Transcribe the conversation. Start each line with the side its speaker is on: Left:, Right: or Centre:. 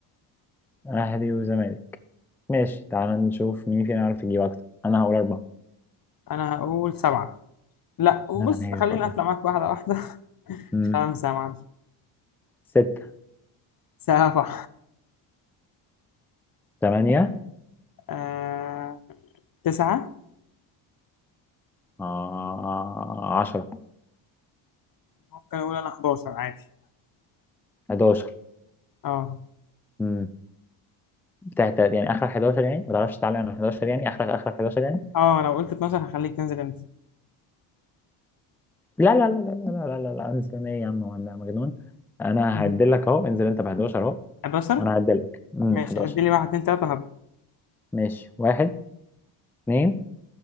Centre: اهلي وزمالك ماشي تعال نشوف مين فينا عارف يجيب اكتر انا هقول اربعة
Left: أنا هقول سبعة لا بص
Centre: انا عارف
Left: خليني
Centre: والله
Left: أطلع معاك واحدة واحدة <laughs>
Centre: امم
Left: خمسة يا معلم
Centre: ستة
Left: سبعة
Centre: تمانية
Left: أه تسعة
Centre: آه... عشرة
Left: ممكن أقول أنا 11 عادي
Centre: حداشر
Left: أه
Centre: امم تحت يعني اخرك 11 يعني ما تعرفش تعلي على 11 يعني اخرك اخرك 11 يعني
Left: أه لو قلت 12 هخليك تنزل أنت
Centre: لا لا لا لا لا لا لا, لا. انزل انا ايه يا عم وانا مجنون انا
Left: <laughs>
Centre: هعدلك اهو انزل انت ب 11 اهو
Left: 11
Centre: وانا هعدلك امم
Left: ماشي
Centre: 11
Left: أدي لي واحد اتنين تلاتة
Centre: ماشي واحد اتنين